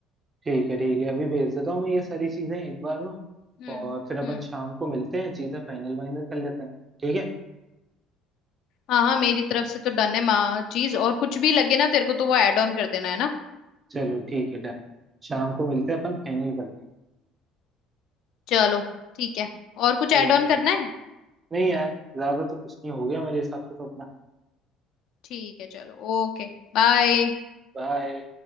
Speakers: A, on the right; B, on the left.
A: ठीक है ठीक है अभी भेज देता हूँ मैं ये सारी चीजें एक बार ना
B: हम्म
A: और फिर अपन
B: हम्म
A: शाम को मिलते हैं चीजें फाइनल वाइनल कर लेते हैं ठीक है
B: हाँ हाँ मेरी तरफ से तो डन है माँ चीज और कुछ भी लगे ना तेरे को तो वो ऐड ऑन कर देना है ना
A: चलो ठीक है डन शाम को मिलते हैं अपन फाइनल करते
B: चलो ठीक है और कुछ ऐड
A: हैं ओके
B: ऑन करना है
A: नहीं यार ज्यादा तो कुछ नहीं हो गया मेरे हिसाब से तो अपना
B: ठीक है चलो ओके बाय
A: बाय